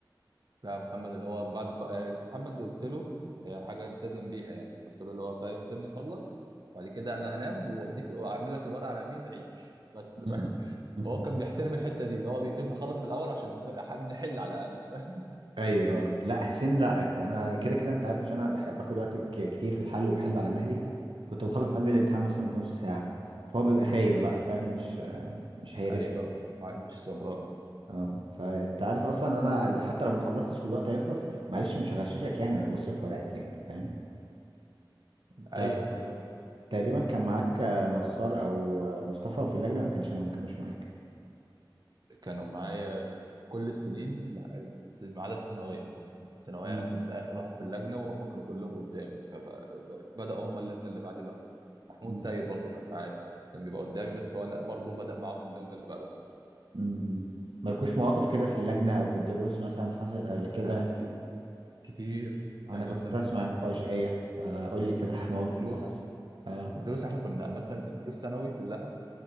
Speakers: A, on the right (about 55°); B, on the right (about 85°).
A: لا محمد اللي هو بعد ما آه، محمد قلت له آه، حاجة التزم بيها يعني قلت له اللي هو فاهم سيبني اخلص بعد كده انا هنام واديك واعمل لك الورقة على مين عيش بس
B: مم.
A: <laughs>
B: <laughs>
A: هو كان بيحترم الحتة دي اللي هو بيسيبني اخلص الأول عشان نح- نحل على الأقل <laughs>
B: ايوه آه. لا حسين لا انا كده كده انت عارف عشان انا بح- باخد وقت ك- كتير في الحل وبحل على مهلي كنت بخلص
A: اه
B: قبل الامتحان مثلا بنص ساعه فهو بيبقى خايب بقى فاهم مش آه، مش هيرسك
A: ايوه ما- مش صبران
B: اه فانت عارف اصلا انا حتى لو ما خلصتش والوقت هيخلص معلش مش هغششك يعني انا هبص في ورقتي يعني فاهم انت
A: ايوه بالظبط
B: تقريبا كان معاك آه، نصار او آه، مصطفى في اللجنه ولا كانش ما كانوش معاك
A: كانوا معايا كل السنين لا، بس ما عدا الثانويه في الثانويه
B: مم.
A: انا كنت اخر واحد في اللجنه وهم كانوا كلهم قدامي فبداوا هم اللجنه اللي بعدي لوحدهم محمود
B: مم.
A: سيد برضه كان معايا كان بيبقى قدامي بس هو انا برضه بدا معاهم اللجنه اللي بعدها
B: مم. مالكوش مواقف كده في اللجنه او في الدروس مثلا حصلت قبل
A: آه،
B: كده
A: لا كتير كتير
B: انا
A: يعني
B: كنت
A: مثلا
B: اسمع النقاشية فقول لي كده <laughs> مواقف
A: الدروس
B: من اللي حصل اه
A: الدروس احنا كنا مثلا دروس ثانوي كلها